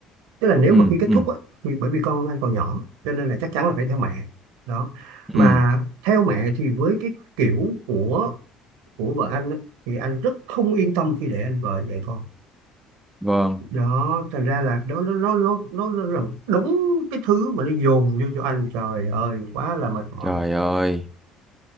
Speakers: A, on the right; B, in the centre.
A: tức là nếu
B: ừ
A: mà khi kết
B: ừ
A: thúc á, thì bởi vì con anh còn nhỏ cho nên là chắc chắn là phải theo mẹ đó mà
B: ừ
A: theo mẹ thì với cái kiểu của của vợ anh á, thì anh rất không yên tâm khi để anh vợ dạy con
B: vâng
A: đó thành ra là đó nó nó nó nó nó là đúng cái thứ mà nó dồn vô cho anh trời ơi quá là mệt mỏi
B: trời ơi